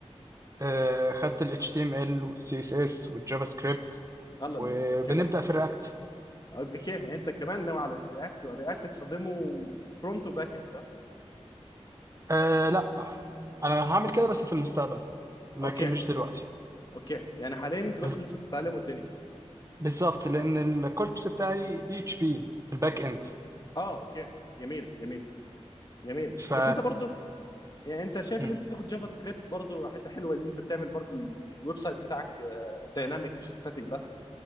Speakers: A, on the right; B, on the left.
A: آه، خدت ال HTML وال CSS والجافا سكريبت
B: الله
A: وبنبدا
B: الله الله. اوكي
A: في الرياكت
B: اوكي يعني انت كمان ناوي على رياكت ورياكت تستخدمه فرونت وباك اند ده
A: آه لا انا هعمل كده بس في المستقبل لكن
B: اوكي
A: مش دلوقتي
B: اوكي يعني حاليا انتوا بس
A: ال-
B: لسه بتتعلموا الدنيا
A: بالظبط لان الكورس بتاعي بي اتش بي الباك اند
B: اه اوكي جميل جميل جميل
A: ف
B: بس انت برضو يعني انت شايف
A: مم.
B: ان انت بتاخد جافا سكريبت برضو حته حلوه ان انت بتعمل برضو الويب سايت بتاعك دايناميك مش ستاتيك بس